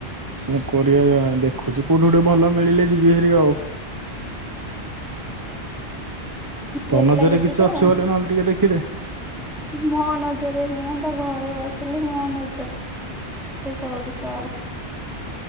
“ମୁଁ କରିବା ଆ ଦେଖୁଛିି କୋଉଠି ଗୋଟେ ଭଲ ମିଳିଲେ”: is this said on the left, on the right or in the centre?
Right